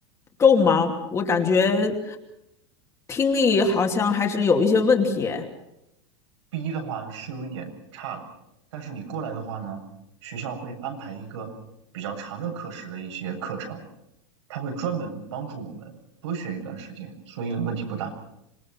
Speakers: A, on the left; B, on the right.
A: 够吗？我感觉听力好像还是有一些问题诶
B: ？B1 的话是有一点差了，但是你过来的话呢，学校会安排一个比较长的课时的一些课程，他会专门帮助我们多学一段时间，所以问题不大。